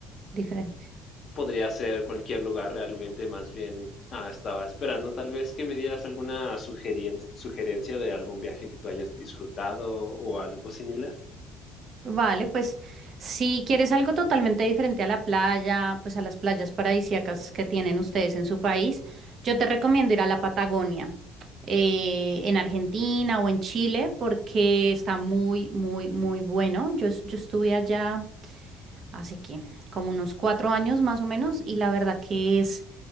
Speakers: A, on the right (about 40°); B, on the left (about 35°).
A: diferente.
B: podría ser cualquier lugar realmente, más bien ah, estaba esperando tal vez que me dieras alguna sugerien- sugerencia de algún viaje que tú hayas disfrutado o algo similar.
A: Vale, pues si quieres algo totalmente diferente a la playa, pues a las playas paradisíacas que tienen ustedes en su país, yo te recomiendo ir a la Patagonia, eh, en Argentina o en Chile, porque está muy, muy, muy bueno. Yo, es- yo estuve allá hace que como unos cuatro años más o menos y la verdad que es